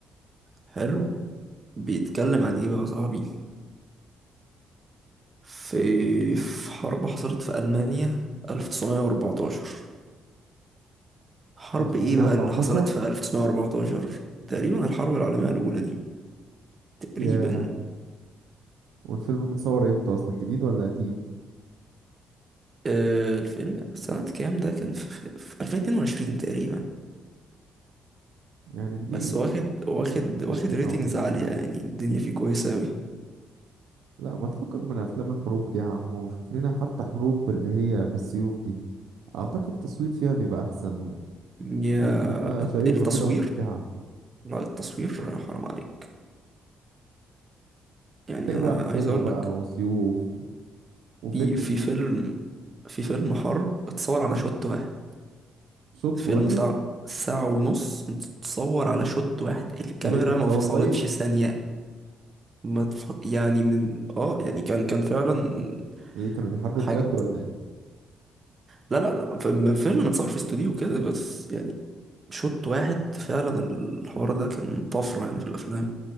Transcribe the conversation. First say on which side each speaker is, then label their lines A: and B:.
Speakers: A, on the right; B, on the right.
A: حلو بيتكلم عن ايه بقى يا صاحبي في في حرب حصلت في ألمانيا 1914 حرب
B: 1914
A: ايه بقى اللي حصلت في 1914 تقريبا الحرب العالمية الأولى دي تقريبا
B: ياه والفيلم متصور امتى اصلا جديد ولا قديم
A: آه، الفيلم سنة كام ده كان في, في, في 2022 تقريبا
B: يعني جديد
A: بس واخد واخد
B: برضه مش
A: واخد
B: قديم
A: ريتنجز
B: اوي
A: عالية يعني الدنيا فيه كويسة أوي
B: لا ما تفكك من افلام الحروب دي يا عم وشوف لنا حتى حروب اللي هي بالسيوف دي اعتقد التصوير فيها بيبقى احسن و...
A: يا
B: وبتبقى شيقة
A: التصوير
B: كده وممتعة
A: لا التصوير حرام عليك يعني
B: تلاقي
A: أنا
B: بقى حصينة
A: عايز أقول
B: بقى
A: لك
B: وسيوف وفكرة
A: في في فيلم في فيلم حرب اتصور على شوت واحد
B: شوط
A: فيلم
B: واحد
A: ساعة ساعة ونص متصور على شوت واحد الكاميرا
B: ده ايه ده اتصور
A: ما فصلتش
B: لايف
A: ثانية ما تف... يعني من اه يعني كان كان فعلا
B: ده ايه كانوا بيحاربوا
A: حاجة
B: بجد ولا ايه
A: لا لا لا فيلم فيلم متصور في استوديو كده بس يعني شوط واحد فعلا الحوار ده كان طفرة يعني في الأفلام